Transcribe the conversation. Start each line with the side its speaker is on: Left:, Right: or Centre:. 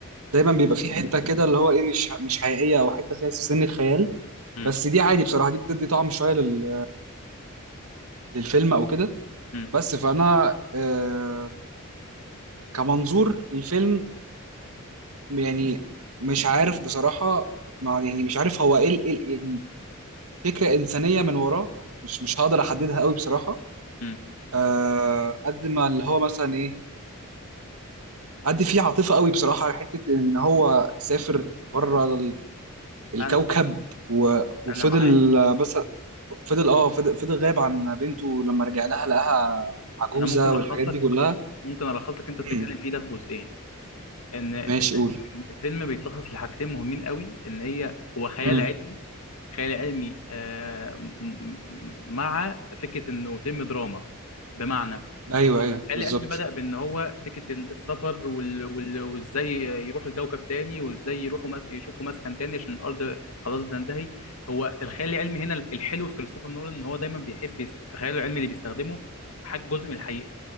Right: دايما بيبقى فيه حته كده اللي هو ايه مش مش حقيقيه او حته فيها سنه خيال
Left: امم
Right: بس دي عادي بصراحه دي بتدي طعم شويه لل... للفيلم او كده
Left: امم
Right: بس فانا آه كمنظور للفيلم يعني مش عارف بصراحه مع يعني مش عارف هو ايه ال- إيه ال- يعني فكره انسانيه من وراه مش مش هقدر احددها قوي بصراحه
Left: امم
Right: آه قد ما اللي هو مثلا ايه قد فيه عاطفه قوي بصراحه حته ان هو سافر بره ال- الكوكب
Left: انا
Right: و-
Left: انا
Right: وفضل
Left: معاك
Right: آه، مثلا فضل اه فضل, فضل غايب عن بنته لما رجع لها لقاها عجوزه
Left: انا ممكن
Right: والحاجات
Left: الخص
Right: دي
Left: لك
Right: كلها
Left: ممكن الخص لك انت بتتكلم
Right: امم
Left: فيه ده في جزئين ان إن
Right: ماشي قول
Left: الفيلم بيتلخص لحاجتين مهمين قوي ان هي هو خيال
Right: امم
Left: علمي خيال علمي آه، م- م- مع فكره انه فيلم دراما بمعنى
Right: ايوه ايوه
Left: خيال
Right: بالظبط
Left: علمي بدأ بان هو فكره السفر وال- وال- وازاي يروحوا لكوكب تاني وازاي يروحوا مس... يشوفوا مسكن تاني عشان الارض خلاص بتنتهي هو الخيال العلمي هنا الحلو في كريستوفر نولان ان هو دايما بيحب يس- في خياله العلمي اللي بيستخدمه حاجه جزء من الحقيقه